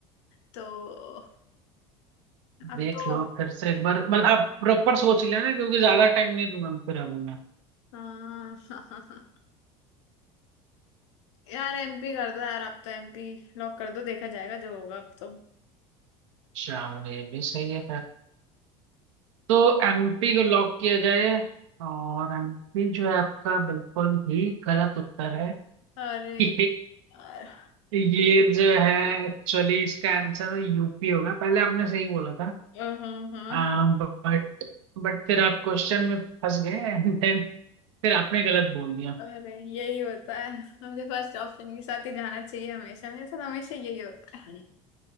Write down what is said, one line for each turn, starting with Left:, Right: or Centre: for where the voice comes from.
Left: तो अब
Right: देख
Left: तो
Right: लो फिर से एक बार मतलब आप प्रॉपर सोच लेना क्योंकि ज्यादा टाइम नहीं दूंगा मैं फिर अभी मैं
Left: हाँ <laughs> यार एमपी कर दो यार अब तो एमपी लॉक कर दो देखा जाएगा जो होगा अब तो
Right: शाम ये भी सही है फिर तो एमपी को लॉक किया जाए और एमपी जो है आपका बिल्कुल ही गलत उत्तर है
Left: अरे
Right: <laughs>
Left: यार
Right: ये जो है एक्चुअली इसका आंसर यूपी होगा पहले आपने सही बोला था
Left: हाँ हाँ
Right: आ, बट बट फिर आप क्वेश्चन में फंस गए एंड देन फिर आपने गलत बोल दिया
Left: अरे यही होता है मुझे फर्स्ट ऑप्शन के साथ ही जाना चाहिए हमेशा मेरे साथ हमेशा यही होता है